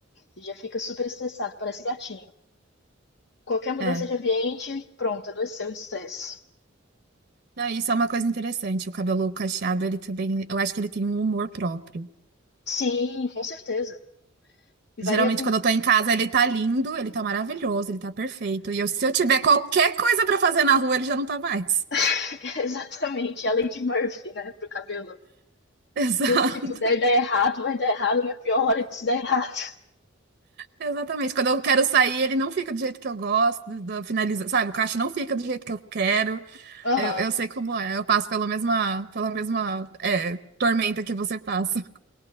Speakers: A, on the left; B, on the right.
A: Já fica super estressado, parece gatinho. Qualquer mudança
B: É.
A: de ambiente, pronto, adoeceu de estresse.
B: Não, isso é uma coisa interessante. O cabelo cacheado, ele também, eu acho que ele tem um humor próprio.
A: Sim, com certeza. E
B: Geralmente,
A: varia com
B: quando eu tô em casa, ele tá lindo, ele tá maravilhoso, ele tá perfeito. E eu- se eu tiver qualquer coisa pra fazer na rua, ele já não tá mais.
A: <laughs> exatamente a lei de Murphy, né, pro cabelo.
B: <laughs> Exato.
A: Tudo que puder dar errado vai dar errado na pior hora de se dar errado.
B: Exatamente. Quando eu quero sair, ele não fica do jeito que eu gosto, do, finaliza, sabe? O cacho não fica do jeito que eu quero.
A: Aham.
B: Eu, eu sei como é. Eu passo pela mesma, pela mesma, é, tormenta que você passa. <laughs>